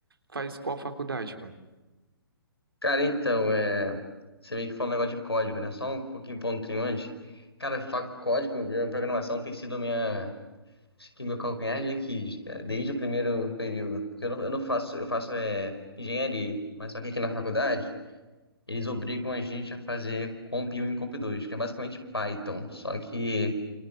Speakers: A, on the right; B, on the left.
A: faz qual faculdade, mano?
B: Cara,
A: Qual-
B: então, é... você meio que falou um negócio de código, né? Só um pouquinho pontinho antes. Cara, fa- código, minha programação tem sido minha. Acho que meu calcanhar de Aquiles, cara, desde o primeiro período. Porque eu não, eu não faço, eu faço é, engenharia, mas só que aqui na faculdade, eles obrigam a gente a fazer Comp 1 e Comp 2, que é basicamente Python. Só que,